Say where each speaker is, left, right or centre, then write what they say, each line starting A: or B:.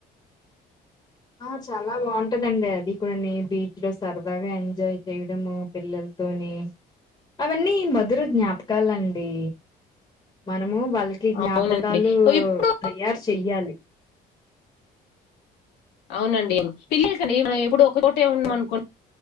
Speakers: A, on the left (about 25°); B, on the left (about 80°).
A: ఆ చాలా బాగుంటదండి అది కూడా నీ బీచ్ లో సరదాగా ఎంజాయ్ చేయడము పిల్లలతోని అవన్నీ మధుర జ్ఞాపకాలండి మన ము వాళ్ళకి జ్ఞాపకాలు
B: అవునండి ఇప్పుడు
A: తయారు చెయ్యాలి
B: అవునండి పిల్లలకండి మనం ఎప్పుడు ఒక చోటే ఉన్నాం అనుకొ